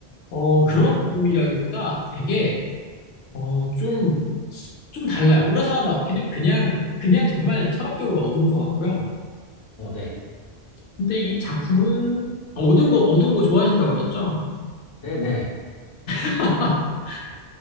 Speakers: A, on the left; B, on the left.
A: 어,
B: 아,
A: 그런 어둠이라기보다 되게, 어, 좀, 좀 달라요. 우라사와 나오키는 그냥, 그냥 정말 철학적으로 어두운 것 같고요.
B: 어, 네.
A: 근데 이 작품은, 어, 어두운 거, 어두운 거 좋아하신다고 하셨죠?
B: 네네.
A: <laughs>